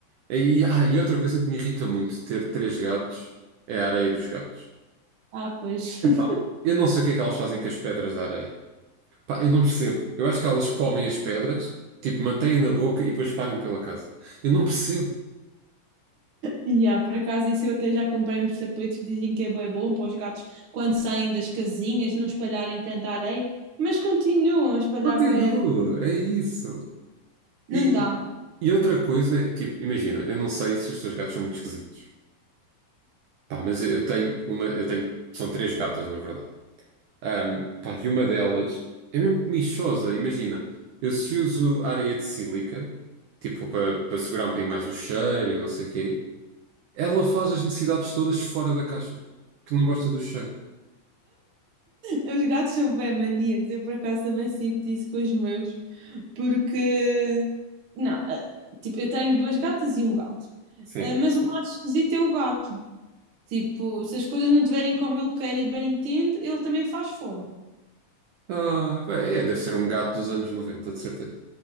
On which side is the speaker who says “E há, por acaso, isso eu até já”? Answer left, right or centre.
Right